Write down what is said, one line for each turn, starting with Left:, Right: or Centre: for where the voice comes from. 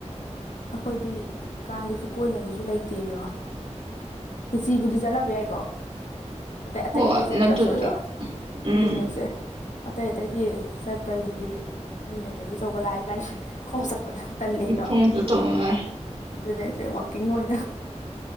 Left: ꯑꯩꯈꯣꯏꯗꯤ ꯀꯥꯡꯗꯁꯨ ꯀꯣꯏꯅꯕꯁꯨ ꯂꯩ ꯇꯦꯌꯣ ꯈꯦꯁꯤꯕꯨꯗꯤ ꯆꯅꯕ ꯌꯥꯏꯀꯣ ꯑꯇꯩ ꯑꯇꯩ
Right: ꯍꯣꯏ
Left: ꯑꯇꯩ ꯆꯠꯇ꯭ꯔꯁꯨ
Right: ꯅꯠꯇ꯭ꯔꯗꯤ
Left: ꯑꯣꯏꯌꯣ
Right: ꯎꯝ
Left: ꯑꯗꯨꯅꯦꯁꯦ ꯑꯇꯩ ꯑꯇꯩꯗꯤ ꯆꯠꯄꯩꯗꯨꯗꯤ ꯃꯤꯅ ꯒꯥꯔꯤ ꯑꯆꯧꯕ ꯂꯥꯛꯑ ꯏꯕꯅꯤ ꯈꯣꯡ ꯆꯠꯄ ꯇꯟꯂꯦ ꯌꯣ
Right: ꯈꯣꯡ ꯆꯠꯇꯧ ꯉꯥꯏꯔꯦ
Left: ꯑꯗꯨꯅꯦ ꯍꯥꯏꯁꯦ ꯋꯥꯀꯤꯡ ꯑꯣꯏꯅ